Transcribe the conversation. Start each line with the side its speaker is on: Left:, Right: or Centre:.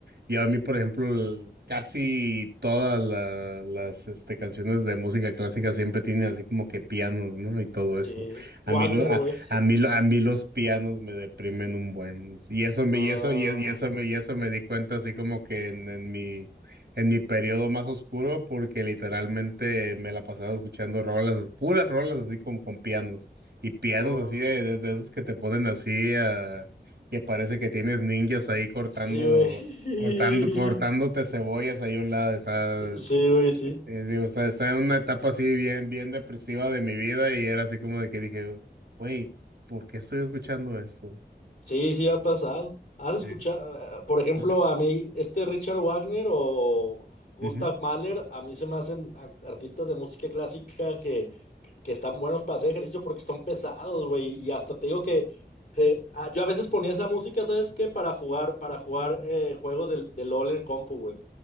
Right: yo a mí, por ejemplo, el- casi todas la- las este, canciones de música clásica siempre tienen así como que pianos, ¿no? Y todo eso.
Left: sí, Wagner,
Right: A mí, lo, a,
Left: güey.
Right: a mí, lo- a mí los pianos me deprimen un buen. Y eso, me-
Left: Ah,
Right: y eso, y, y eso, me- y eso me di cuenta así como que en en mi en mi periodo más oscuro porque literalmente me la pasaba escuchando rolas, puras rolas así con, con pianos y pianos
Left: ah,
Right: así de, de- de esos que te ponen así a, que parece que tienes ninjas ahí cortando,
Left: sí, güey.
Right: cortando, cortándote
Left: <laughs>
Right: cebollas ahí a un lado. Está,
Left: Sí, güey, sí.
Right: eh, digo, está, está en una etapa así bien, bien depresiva de mi vida y era así como de que dije, güey ¿por qué estoy escuchando esto?
Left: Sí, sí ha pasado. ¿Has
Right: Sí.
Left: escuchado, eh, por ejemplo,
Right: Ajá.
Left: a mí, este Richard Wagner o Gustav
Right: Ujú.
Left: Mahler, a mí se me hacen a- artistas de música clásica que, que están buenos para hacer ejercicio porque están pesados, güey. Y hasta te digo que eh, ah, yo a veces ponía esa música, ¿sabes qué? Para jugar, para jugar eh, juegos del, del LOL en compu, güey.